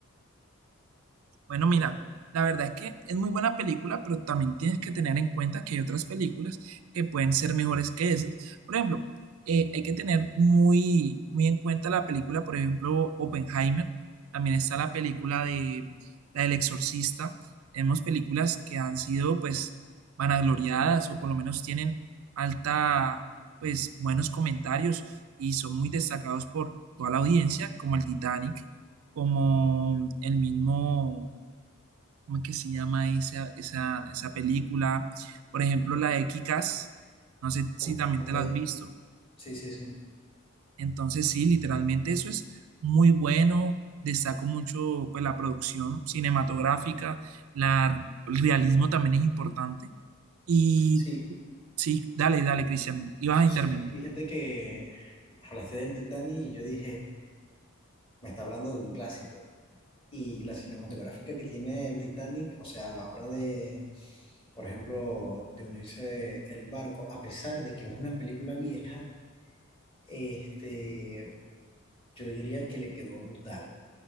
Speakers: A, on the right; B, on the left.
A: Bueno, mira,
B: ¿Qué te-
A: la verdad es que es muy buena película, pero también tienes que tener en cuenta que hay otras películas que pueden ser mejores que esas. Por ejemplo, eh, hay que tener muy, muy en cuenta la película, por ejemplo, Oppenheimer. También está la película de la del Exorcista. Tenemos películas que han sido, pues, vanagloriadas o por lo menos tienen alta, pues, buenos comentarios y son muy destacados por toda la audiencia, como el Titanic, como el mismo. ¿Cómo es que se llama esa, esa, esa película? Por ejemplo, la de Kikas, no sé si
B: o-
A: también
B: ok,
A: te la has visto.
B: sí, sí, sí.
A: Entonces, sí, literalmente eso es muy bueno. Destaco mucho pues, la producción cinematográfica, la, el realismo también es importante. Y
B: Sí,
A: sí, dale, dale, Cristian, ibas a
B: sí,
A: intervenir.
B: fíjate que hablaste del Titanic y yo dije, me está hablando de un clásico. Y la cinematográfica que tiene el Titanic, o sea, a la hora de, por ejemplo, de unirse el barco, a pesar de que es una película vieja, este, yo diría que le quedó brutal,